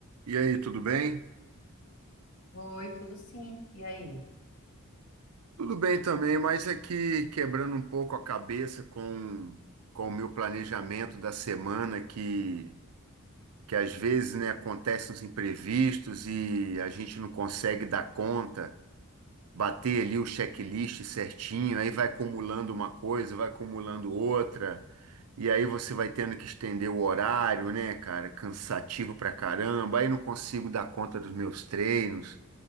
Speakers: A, on the right; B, on the left.
A: E aí, tudo bem?
B: Oi, tudo sim. E aí?
A: Tudo bem também, mas aqui quebrando um pouco a cabeça com, com o meu planejamento da semana, que, que às vezes, né, acontecem os imprevistos e a gente não consegue dar conta, bater ali o checklist certinho, aí vai acumulando uma coisa, vai acumulando outra, e aí você vai tendo que estender o horário, né, cara? Cansativo pra caramba, aí não consigo dar conta dos meus treinos,